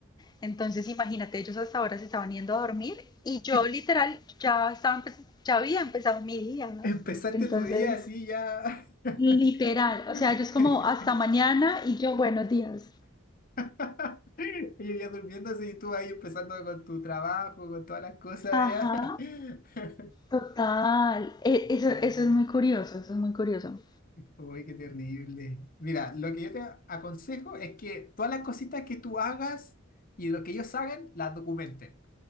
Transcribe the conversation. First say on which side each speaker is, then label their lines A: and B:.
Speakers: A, on the left; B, on the left.
A: Entonces, imagínate, ellos hasta ahora se estaban yendo a dormir y yo
B: <laughs>
A: literal ya estaba empe- ya había empezado mi día. ¿no?
B: Empezaste
A: Entonces,
B: tu día así ya.
A: literal,
B: <laughs>
A: o sea, ellos como hasta mañana y yo buenos días.
B: <laughs> Y yo ya durmiendo así, y tú ahí empezando con tu trabajo, con todas las cosas
A: Ajá.
B: ya. <laughs>
A: Total, E- eso,
B: Uy,
A: eso es muy curioso, eso es muy curioso.
B: uy, qué terrible. Mira, lo que yo te aconsejo es que todas las cositas que tú hagas y lo que ellos hagan, las documenten.